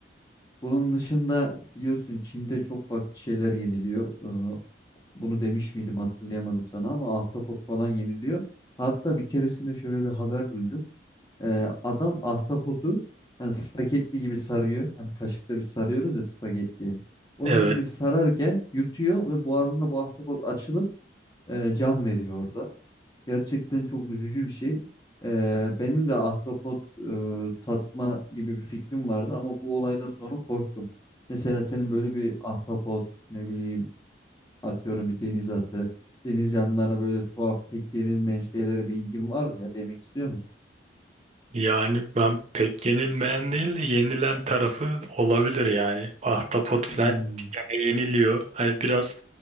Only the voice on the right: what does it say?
Evet.
Yani ben pek yenilmeyen değil de yenilen tarafı olabilir yani. Ahtapot filan
gene yeniliyor. Hani biraz